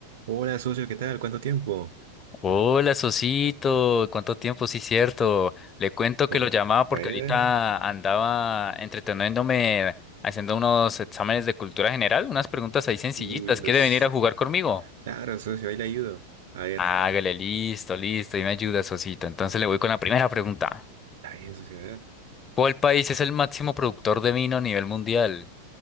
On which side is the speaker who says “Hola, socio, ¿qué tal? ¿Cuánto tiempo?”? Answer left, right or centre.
Right